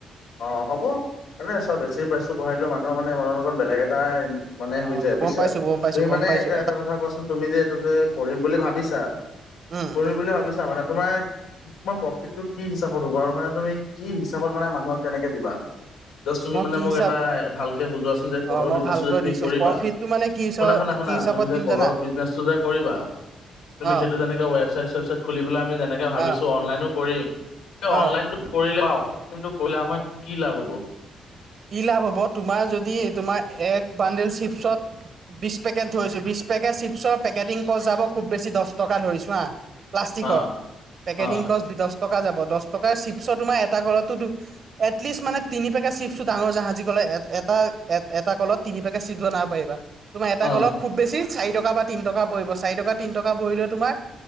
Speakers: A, on the left; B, on the right.
A: অ, হ'ব। মানে চোৱা বেছি প্ৰাইচটো বঢ়াই দিলে মানুহৰ মানে মনত অকণ বেলেগ এটা ই মানে
B: নহয়
A: হৈ যায় বুইছা?
B: গম পাইছো গম পাইছো
A: তুমি
B: গম
A: মানে
B: পাইছো
A: এতিয়া এটা কথা কোৱাচোন, তুমি যে এইটো যে কৰিম বুলি ভাবিছা
B: উম
A: কৰিম বুলি ভাবিছা মানে? তোমাৰ, তোমাৰ প্ৰফিটটো কি হিচাপত হ'ব আৰু মানে তুমি কি হিচাপত মা মানুহক তেনেকে দিবা? যাষ্ট তুমি
B: মই
A: মানে
B: কি
A: মোক
B: হিচাপ
A: এটা ভালকে বুজোৱাচোন, যে কলৰ
B: অ', মই
A: বিজনেচটো
B: ভালকৈ
A: যে তুমি
B: দিছো
A: কৰিবা,
B: প্ৰফিটটো মানে কি হিচাপ
A: শুনা শুনা শুনা,
B: কি হিচাপত
A: তুমি যে
B: দিম
A: কলৰ
B: জানা
A: বিজনেচটো যে কৰিবা তুমি
B: অ'।
A: সেইটো যেনেকে ৱেবচাইট- চুৱেবচাইট খুলি পেলাই আমি যেনেকে
B: অ',
A: ভাবিছো অনলাইনো কৰিম অনলাইনটো
B: অ',
A: কৰিলে বা অফলাইনটো কৰিলে আমাৰ কি লাভ হ'ব?
B: কি লাভ হ'ব, তোমাৰ যদি তোমাৰ এক বান্দেল চিপছত বিশ পেকেট ধৰিছো, বিশ পেকেট চিপছৰ পেকেটিং কষ্ট যাব, খুব বেছি দহ টকা ধৰিছোঁ হাঁ প্লাষ্টিকৰ,
A: অ
B: পেকেটিং
A: অ
B: খৰচ দছ টকা যাব, দছ টকাই চিপ চৰ তোমাৰ এটা কলতটো দু-এটলিষ্ট মানে তিনি পেকেট চিপচ চু ডাঙৰ জাহাজী ক'লে এটা-এট এটা কলত তিনি পেকেট চিপছ্ বনাব পাৰিবা। তোমাৰ এটা
A: অ
B: কলত খুব বেছি চাৰি টকা বা তিন টকা পৰিব, চাৰি টকা তিন টকা পৰিলে তোমাৰ